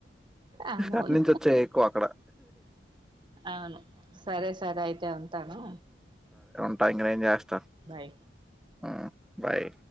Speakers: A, on the right; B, in the centre.
A: అవునవును
B: అటు నుంచొచ్చాయి ఎక్కువ అక్కడ.
A: అవును సరే సరే అయితే ఉంటాను
B: అ అ
A: బాయ్
B: ఆ బాయ్